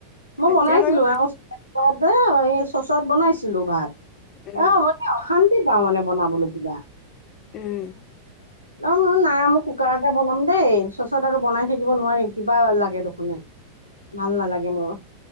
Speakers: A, on the left; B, on the left.
A: মই
B: এতিয়া
A: বনাইছিলো
B: বাৰু
A: এওঁ <unintelligible> এই চচত বনাইছিলোঁ ভাত।
B: উম,
A: অহ মানে অশান্তি পাও মানে বনাবলৈ কিবা।
B: উম।
A: অ' ম নাই মই কুকাৰতে বনাম দেই চচত আৰু বনাই থাকিব নোৱাৰিম কিবা লাগে দেখোন। ভাল নালাগে মোৰ।